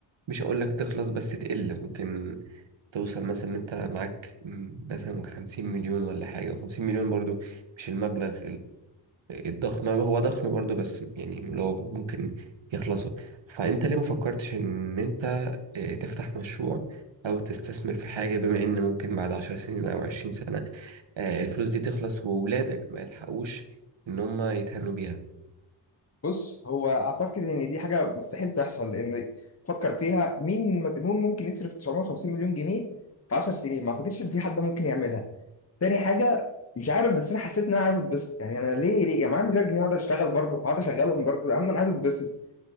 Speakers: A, on the right; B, on the left.
A: مش هقول لك تخلص بس تقل ممكن توصل مثلا ان انت معاك م، مثلا 50 مليون ولا حاجة 50 مليون برضو مش المبلغ الضخم هو ضخم برضه بس يعني لو ممكن يخلصوا فانت ليه ما فكرتش ان انت آه، تفتح مشروع او تستثمر في حاجة بما ان ممكن بعد عشر سنين او عشرين سنة آه، الفلوس دي تخلص وولادك ما يلحقوش ان هم يتهنوا بيها
B: بص هو اعتقد ان دي حاجه مستحيل تحصل لان فكر فيها مين مجنون ممكن يصرف 950 مليون جنيه في 10 سنين ما اعتقدش ان في حد ممكن يعملها تاني حاجه مش عارف بس انا حسيت ان انا عايز اتبسط يعني انا ليه ليه يا معايا مليار جنيه اقعد اشتغل برضه اقعد اشغلهم برضه اما انا عايز اتبسط